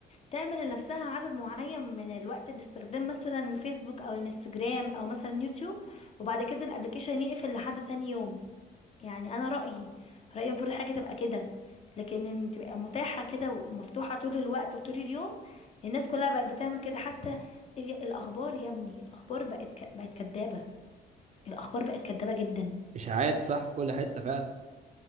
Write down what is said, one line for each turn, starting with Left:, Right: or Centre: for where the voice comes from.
Left: تعمل لنفسها عدد معين من الوقت لاستخدام مثلا الفيسبوك او الانستجرام او مثلا يوتيوب وبعد كده الابلكيشن يقفل لحد تاني يوم يعني انا رأيي رأيي المفروض الحاجة تبقى كده لكن ان تبقى متاحة كده ومفتوحة طول الوقت وطول اليوم الناس كلها بقت بتعمل كده حتى ال- الاخبار يا ابني الاخبار بقت ك... بقت كدابة الاخبار بقت كدابة جدا
Right: إشاعات صح في كل حتة فعلا